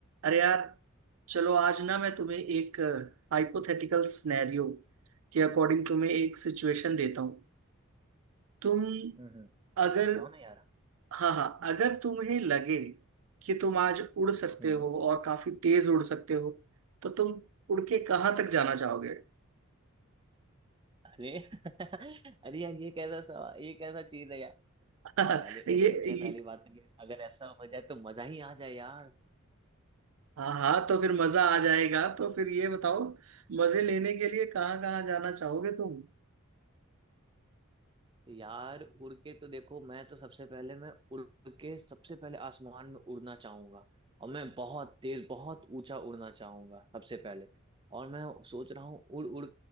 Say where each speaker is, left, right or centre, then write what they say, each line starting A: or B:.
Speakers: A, on the right; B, on the right.
A: अरे यार चलो आज ना मैं तुम्हें एक हाइपोथेटिकल सिनेरियो के अकॉर्डिंग तुम्हें एक सिचुएशन देता हूँ तुम
B: हम्म
A: अगर
B: बताओ ना यार
A: हाँ हाँ अगर तुम्हें लगे कि तुम आज उड़ सकते
B: हम्म
A: हो और काफी तेज उड़ सकते हो तो तुम उड़ के कहाँ तक जाना चाहोगे
B: अरे <laughs> अरे यार ये कैसा सवा ये कैसा चीज है यार
A: <laughs>
B: पहले
A: ये,
B: देखो सबसे
A: ये
B: पहली बात तो ये अगर ऐसा हो जाए तो मजा ही आ जाए यार
A: हाँ हाँ तो फिर मजा आ जाएगा तो फिर ये बताओ मजे लेने के लिए कहाँ कहाँ जाना चाहोगे तुम
B: यार उड़ के तो देखो मैं तो सबसे पहले मैं उड़ के सबसे पहले आसमान में उड़ना चाहूंगा और मैं बहुत तेज बहुत ऊंचा उड़ना चाहूंगा सबसे पहले और मैं सोच रहा हूँ उड़ उड़